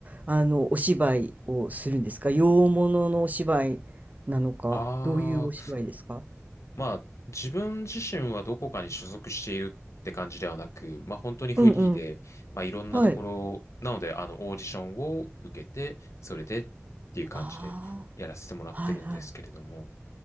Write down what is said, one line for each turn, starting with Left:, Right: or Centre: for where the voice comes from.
Right: あの、お芝居をするんですか洋物のお芝居なのか、
Left: あー、
Right: どういうお芝居ですか
Left: まあ、自分自身はどこかに所属しているって感じではなく、まあ本当にフリーで、
Right: うんうん。
Left: まあいろんなところ、
Right: はい。
Left: なので、あの、オーディションを受けて、それでっていう感じでやらせてもらってるんですけれども、
Right: ああ、はいはい。